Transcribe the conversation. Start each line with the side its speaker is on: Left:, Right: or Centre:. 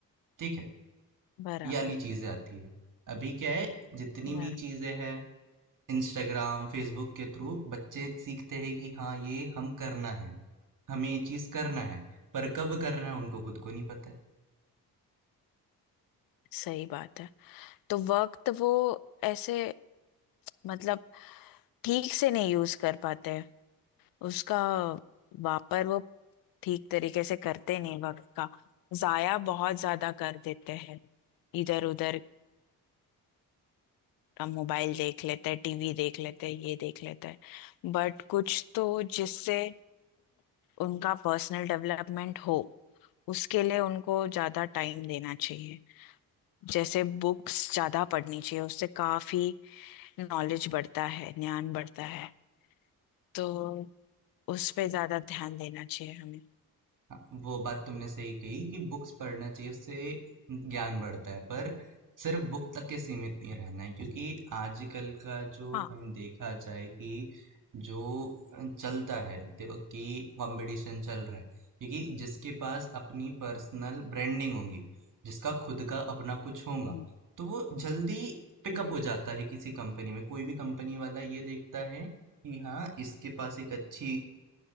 Right: ठीक है
Left: बराबर
Right: ये वाली चीज़ें आती है अभी क्या है जितनी
Left: बराबर
Right: भी चीज़ें हैं इंस्टाग्राम, फ़ेसबुक के थ्रू बच्चे सीखते हैं कि हाँ, ये हम करना है, हमें ये चीज़ करना है, पर कब करना है उनको खुद को नहीं पता है।
Left: सही बात है तो वक्त वो ऐसे मतलब ठीक से नहीं यूज कर पाते हैं उसका वापर वो ठीक तरीके से करते नहीं वक्त का जाया बहुत ज्यादा कर देते हैं इधर उधर हम मोबाइल देख लेते हैं टीवी देख लेते हैं ये देख लेते हैं बट कुछ तो जिससे उनका पर्सनल डेवलपमेंट हो उसके लिए उनको ज्यादा टाइम देना चाहिए जैसे बुक्स ज्यादा पढ़नी चाहिए उससे काफी नॉलेज बढ़ता है ज्ञान बढ़ता है तो उस पे ज्यादा ध्यान देना चाहिए हमें
Right: हाँ, वो बात तुमने सही कही कि बुक्स पढ़ना चाहिए उससे ज्ञान बढ़ता है पर सिर्फ बुक तक के सीमित नहीं रहना है क्योंकि आजकल का जो
Left: हाँ
Right: हम देखा जाए कि जो चलता है देखो कि कंपटीशन चल रहा है क्योंकि जिसके पास अपनी पर्सनल ब्रांडिंग होगी जिसका खुद का अपना कुछ होगा
Left: हम्म
Right: तो वो जल्दी पिकअप
Left: हम्म
Right: हो जाता है किसी कंपनी में कोई भी कंपनी वाला ये देखता है कि हाँ इसके पास एक अच्छी